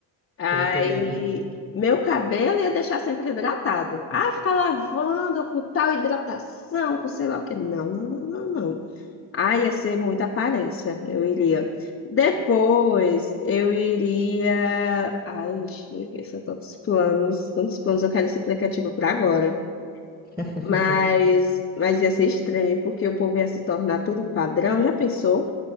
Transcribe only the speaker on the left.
Aí,
meu cabelo ia deixar sempre hidratado. Ah, ficar lavando com tal hidratação, com sei lá o quê. Não, não, não, não, não. Ah, ia ser muita aparência, eu iria. Depois, eu iria. Ai, deixa eu ver se eu tô com os planos. Tantos planos, eu quero esse aplicativo para agora.
Mas, mas ia ser estranho, porque o povo ia se tornar tudo padrão, já pensou?